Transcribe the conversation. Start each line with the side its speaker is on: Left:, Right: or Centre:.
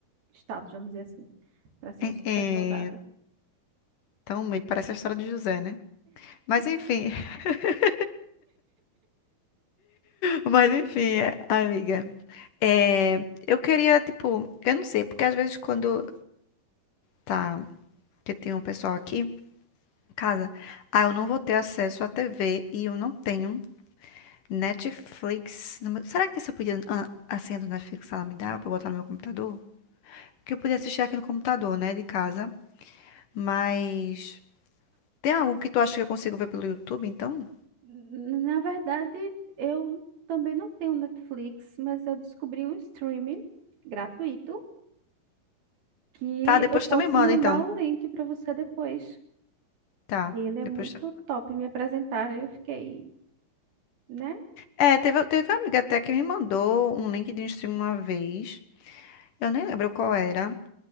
Right: status, vamos dizer assim, para ser
Left: É,
Right: um super
Left: é...
Right: soldado.
Left: Então, meio parece a história do José, né? Mas enfim. <laughs> Mas enfim, é, amiga. É, eu queria, tipo, eu não sei, porque às vezes quando tá. Que tem um pessoal aqui. Casa, ah, eu não vou ter acesso à TV e eu não tenho Netflix. no meu- Será que se eu pedir a a senha do Netflix, ela me dá pra eu botar no meu computador? Que eu podia assistir aqui no computador, né, de casa. Mas tem algum que tu acha que eu consigo ver pelo YouTube, então?
Right: Na verdade, eu também não tenho Netflix, mas eu descobri um streaming gratuito que
Left: Tá, depois
Right: eu posso
Left: tu me manda,
Right: mandar
Left: então.
Right: o link para você depois.
Left: Tá,
Right: que Ele é
Left: depois
Right: muito
Left: tu...
Right: top. Me apresentaram e eu fiquei, né?
Left: É, teve, teve uma amiga até que me mandou um link de um stream uma vez. Eu nem lembro qual era.